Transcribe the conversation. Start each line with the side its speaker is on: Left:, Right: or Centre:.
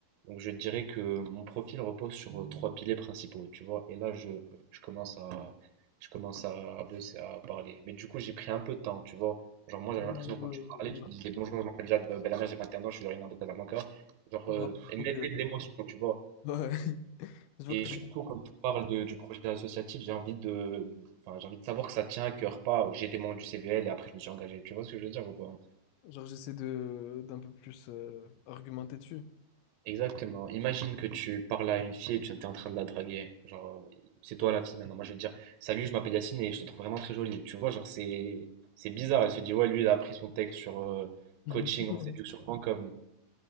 Right: Donc, je dirais que mon profil repose sur euh, trois piliers principaux, tu vois. Et là, je, je commence à, je commence à bosser, à parler. Mais du coup, j'ai pris un peu de temps, tu vois. Genre, moi, j'avais
Left: Bon,
Right: l'impression que quand
Left: euh,
Right: tu parlais, tu
Left: genre,
Right: me disais bonjour, je m'appelle Jade Bellamère, j'ai 21 ans, je suis originaire de Casablanca. Genre,
Left: ouais,
Right: euh,
Left: je
Right: et
Left: vois
Right: mêler
Left: que,
Right: de l'émotion, tu vois.
Left: <laughs> ouais, je vois
Right: Et
Left: que t'as-
Right: surtout, quand tu parles de- du projet associatif, j'ai envie de, enfin, j'ai envie de savoir que ça tient à cœur, pas j'ai été membre du CVL et après je me suis engagé. Tu vois ce que je veux dire ou pas?
Left: genre, j'essaie de d'un peu plus euh, argumenter dessus.
Right: Exactement. Imagine que tu parles à une fille et tu es en train de la draguer. Genre, euh, c'est toi la fille maintenant. Moi, je vais te dire, salut, je m'appelle Yacine et je te trouve vraiment très jolie. Tu vois, genre, c'est, c'est bizarre. Elle se dit, ouais, lui, il a appris son texte sur euh,
Left: <laughs>
Right: coaching en séduction.com.